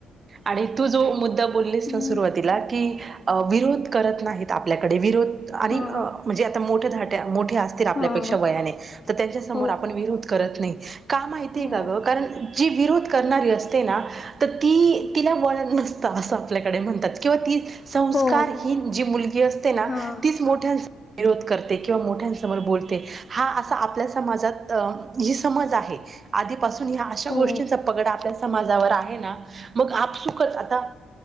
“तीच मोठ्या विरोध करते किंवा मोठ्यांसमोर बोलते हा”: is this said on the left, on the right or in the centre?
Right